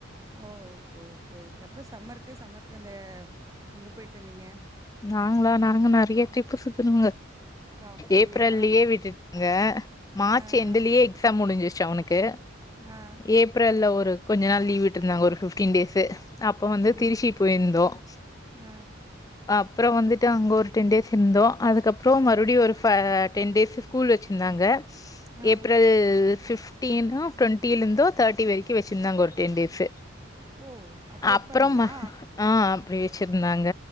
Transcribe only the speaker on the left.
நாங்களா நாங்க நறைய ட்ரிப்பு சுத்தணுங்க
ஏப்ரல்லயே விட்டுங்க மார்ச்
எண்டு்லயே
எக்ஸாம் முடிஞ்சிரிச் ச்ச அவனுக்கு
ஏப்ரல்ல ஒரு கொஞ்ச நாள் லீவ்விட்ருந்தாங்க ஒரு ஃபிப்டீ டேஸ் அப்போ வந்து திருசி
போயிருந்தோம்
அப்புறம் வந்துட்டு அங்க ஒரு டென் டேஸ் இருந்தோம் அதுக்கப்புறம் மறுடியும் ஒரு டென் டேஸ் ஸ்கூல் வச்சிருந்தாங்க
ஏப்ரல் ஃப் தீனப் டொண்டிலருந்து தேர்ட்டி வரைக்கு வச்சிருந்தாங்க ஒருடென் டேஸ்
அப்றம்
ஆஹ் பிரேச் வச்ருந்தாங்க